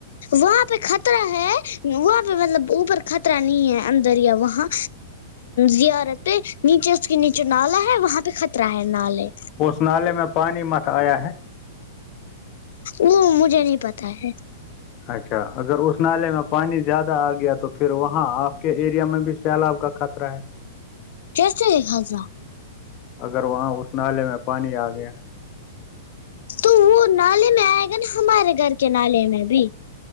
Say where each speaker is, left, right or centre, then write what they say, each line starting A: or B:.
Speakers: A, on the left; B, on the left.
A: وہاں پہ خطر
B: <unintelligible>
A: وہاں پہ مطلب اوپر خطرہ نہیں ہے اندر یا وہاں زیارت پہ نیچے اس کے نیچے نالا ہے وہاں پہ خطرہ ہے نالے
B: اس نالے میں پانی مت آیا ہے
A: وہ مجھے نہیں پتا ہے
B: اچھا اگر اس نالے میں پانی زیادہ آ گیا تو پھر وہاں آپ کے ایریا میں بھی سیلاب کا خطرہ ہے
A: کیسے ہضرہ
B: اگر وہاں اس نالے میں پانی آ گیا
A: تو وہ نالے میں آئے گا نا ہمارے گھر کے نالے میں بھی